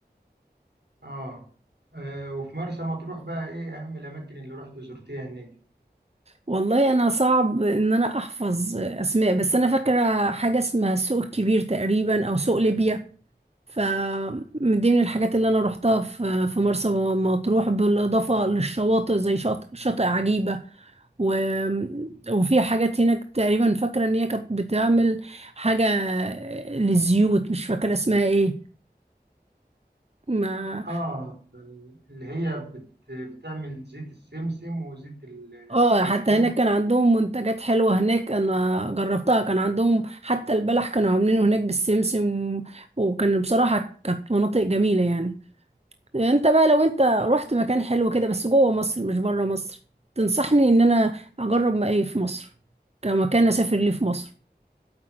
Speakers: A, on the right; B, on the right.
A: اه آه، وفي مرسى مطروح بقى ايه اهم الاماكن اللي رحت زرتيها هناك
B: والله انا صعب ان انا احفظ اسماء بس انا فاكره حاجه اسمها سوق الكبير تقريبا او سوق ليبيا ف من ضمن الحاجات اللي انا روحتها في في مرسى مطروح بالاضافه للشواطئ زي شاطئ, شاطئ عجيبه و... وفي حاجات هناك تقريبا فاكره ان هي كانت بتعمل حاجه للزيوت مش فاكره اسمها ايه ما
A: اه اللي هي بت... بتعمل زيت السمسم وزيت الزيتون
B: اه حتى هناك كان عندهم منتجات حلوة هناك انا جربتها كان عندهم حتى البلح كانوا عاملينه هناك بالسمسم وكان بصراحة كانت مناطق جميلة يعني انت بقى لو انت رحت مكان حلو كده بس جوه مصر مش بره مصر تنصحني ان انا اجرب ما ايه في مصر كمكان اسافر ليه في مصر